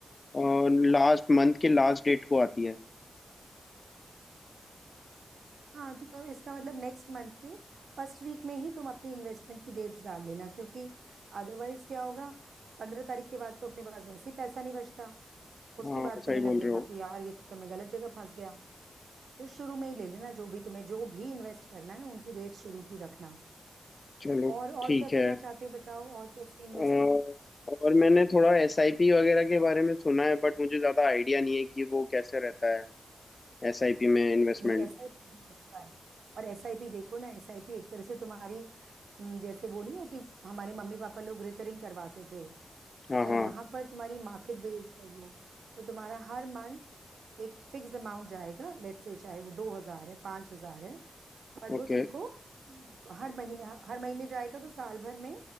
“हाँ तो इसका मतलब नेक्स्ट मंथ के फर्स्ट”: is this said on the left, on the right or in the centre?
Right